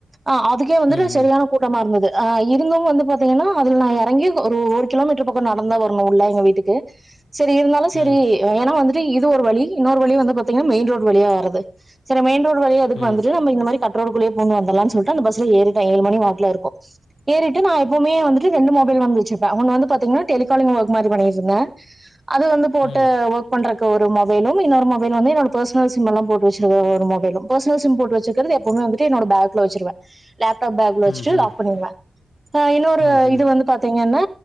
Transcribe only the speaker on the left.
ம்.
ம்.
ம்.
ம். ம்.
ம்ஹ்ம்.
ம்ஹ்ம்.